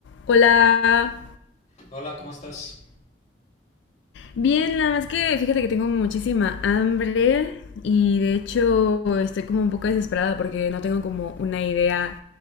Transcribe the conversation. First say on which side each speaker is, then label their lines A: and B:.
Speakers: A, on the left; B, on the left.
A: Hola.
B: Hola, ¿cómo estás?
A: Bien, nada más que fíjate que tengo muchísima hambre y de hecho estoy como un poco desesperada porque no tengo como una idea